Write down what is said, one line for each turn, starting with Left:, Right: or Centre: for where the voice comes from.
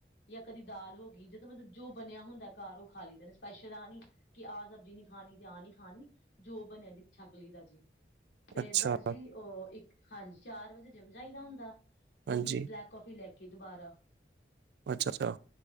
Left: ਜਾਂ ਕਦੀ ਦਾਲ ਹੋ ਗਈ, ਜਦੋਂ ਮਤਲਬ ਜੋ ਬਣਿਆ ਹੁੰਦਾ ਘਰ, ਉਹ ਖਾ ਲਈ ਦਾ, ਸਪੈਸ਼ਲ ਆ ਨੀ। ਕਿ ਆਹ ਸਬਜ਼ੀ ਨੀ ਖਾਣੀ ਤੇ ਆਹ ਨੀ ਖਾਣੀ, ਜੋ ਬਣਿਆ ਜੀ ਛਕ ਲਈ ਦਾ ਜੀ। ਫੇਰ
Right: ਅੱਛਾ
Left: ਬਸ ਜੀ ਉਹ, ਇੱਕ ਹਾਂਜੀ, ਚਾਰ ਵਜੇ ਜਿੰਮ ਜਾਈਦਾ ਹੁੰਦਾ, ਉਹ
Right: ਹਾਂਜੀ
Left: ਵੀ ਬਲੈਕ ਕੋਫੀ ਲੈ ਕੇ। ਕੇ ਦੁਬਾਰਾ।
Right: ਅੱਛਾ- ਅੱਛਾ।